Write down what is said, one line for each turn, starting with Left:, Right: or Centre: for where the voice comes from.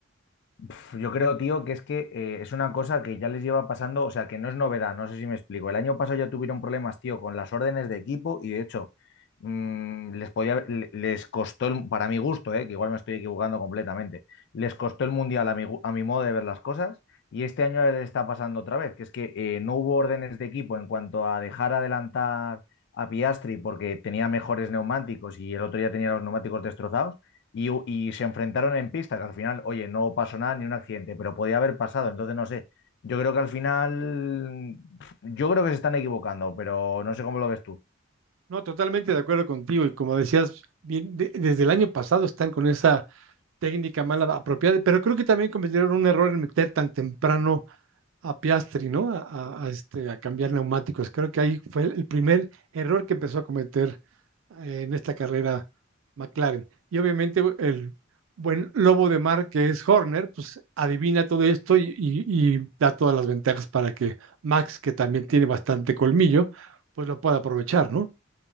Left: Pf, Yo creo, tío, que es que eh, es una cosa que ya les lleva pasando, o sea, que no es novedad, no sé si me explico. El año pasado ya tuvieron problemas, tío, con las órdenes de equipo y de hecho mm, les podía, le- les costó, el- para mi gusto, eh, que igual me estoy equivocando completamente, les costó el mundial a mi, gu- a mi modo de ver las cosas y este año les está pasando otra vez, que es que eh, no hubo órdenes de equipo en cuanto a dejar adelantar a Piastri porque tenía mejores neumáticos y el otro ya tenía los neumáticos destrozados y, y se enfrentaron en pista, que al final, oye, no pasó nada ni un accidente, pero podía haber pasado, entonces no sé. Yo creo que al final, yo creo que se están equivocando, pero no sé cómo lo ves tú.
Right: No, totalmente de acuerdo contigo. Y como decías, bien, de- desde el año pasado están con esa técnica mala apropiada, pero creo que también cometieron un error en meter tan temprano a Piastri, ¿no? A, a- a este, a cambiar neumáticos. Creo que ahí fue el primer error que empezó a cometer eh, en esta carrera McLaren. Y obviamente el buen lobo de mar que es Horner, pues adivina todo esto y, y- y da todas las ventajas para que Max, que también tiene bastante colmillo, pues lo pueda aprovechar, ¿no?